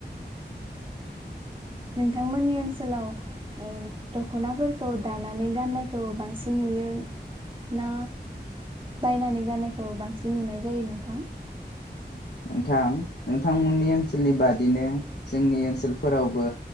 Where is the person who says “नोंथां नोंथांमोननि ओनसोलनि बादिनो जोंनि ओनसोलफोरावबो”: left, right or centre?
Left